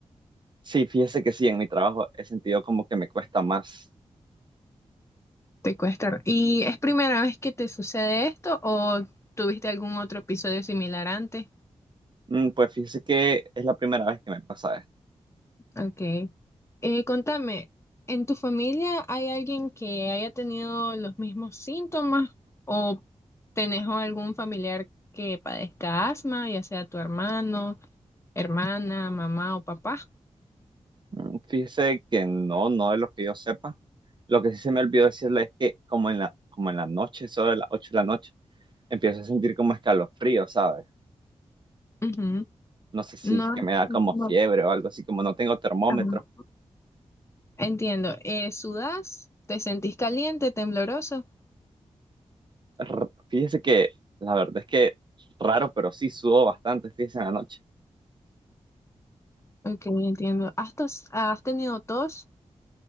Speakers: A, on the right; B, on the left.
A: Sí, fíjese que sí, en mi trabajo he sentido como que me cuesta más.
B: Te cuesta. ¿Y es primera vez que te sucede esto o tuviste algún otro episodio similar antes?
A: Mm, pues fíjese que es la primera vez que me pasa esto.
B: Ok. Eh, contame, ¿en tu familia hay alguien que haya tenido los mismos síntomas o tenés algún familiar que padezca asma, ya sea tu hermano, hermana, mamá o papá?
A: Mm, Fíjese que no, no de lo que yo sepa. Lo que sí se me olvidó decirle es que como en la, como en la noche, sobre las 8 de la noche, empiezo a sentir como escalofrío, ¿sabes?
B: Ujú.
A: No sé si
B: No,
A: es que me da como
B: no.
A: fiebre o algo así, como no tengo termómetro.
B: ajá. Entiendo. Eh, ¿sudás? ¿Te sentís caliente, tembloroso?
A: R- Fíjese que la verdad es que raro, pero sí sudo bastante, fíjese en la noche.
B: Ok, entiendo. ¿Has, tos- has tenido tos?